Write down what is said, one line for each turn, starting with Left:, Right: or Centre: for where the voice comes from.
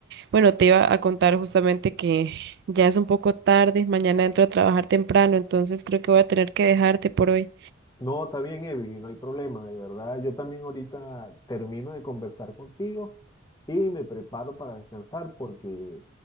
Right: bueno, te iba a contar justamente que ya es un poco tarde, mañana entro a trabajar temprano, entonces creo que voy a tener que dejarte por hoy.
Left: No, está bien, Evi, no hay problema, de verdad. Yo también ahorita termino de conversar contigo y me preparo para descansar porque